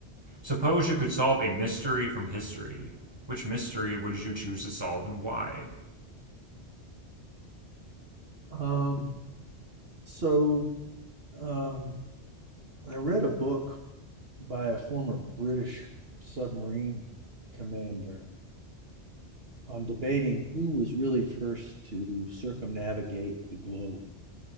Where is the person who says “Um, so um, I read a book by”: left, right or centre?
Right